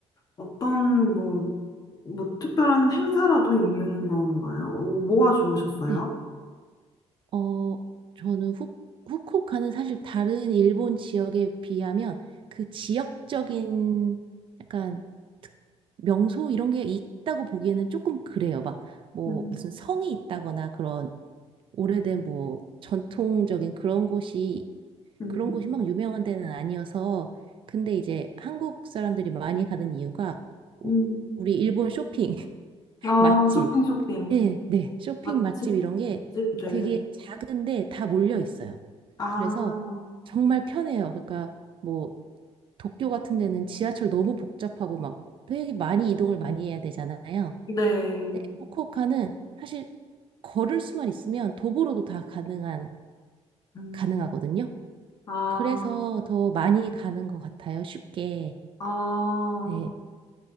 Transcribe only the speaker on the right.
네. 어, 저는 후, 후쿠오카는 사실 다른 일본 지역에 비하면 그 지역적인 약간 특- 명소 이런 게 있다고 보기에는 조금 그래요. 막 뭐
무슨 성이 있다거나 그런 오래된 뭐 전통적인 그런 곳이
그런 곳이 막 유명한 데는 아니어서 근데 이제 한국 사람들이 많이 가는 이유가 우-
우리 일본 쇼핑
맛집.
예, 네. 쇼핑
맛집 이런 게
되게 작은데 다 몰려 있어요.
그래서 정말 편해요. 그러니까 뭐 도쿄 같은 데는 지하철 너무 복잡하고 막 되게 많이 이동을 많이 해야 되잖아요.
근데 후쿠오카는 사실 걸을 수만 있으면 도보로도 다 가능한
가능하거든요.
그래서 더 많이 가는 것 같아요. 쉽게.
네.